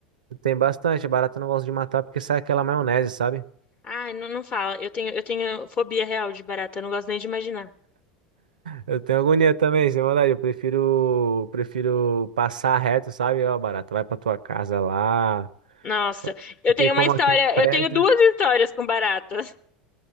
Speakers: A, on the right; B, on the left.
A: Tem bastante, barata eu não gosto de matar porque sai aquela maionese, sabe?
B: Ah, não, não fala. Eu tenho, eu tenho fobia real de barata. Eu não gosto nem de imaginar.
A: Eu tenho agonia também, sem maldade. Eu prefiro, prefiro passar reto, sabe? Ó, barata, vai pra tua casa lá.
B: Nossa,
A: só-
B: eu
A: Porque
B: tenho
A: como
B: uma história.
A: aqui é prédio.
B: Eu tenho duas histórias com barata. <laughs>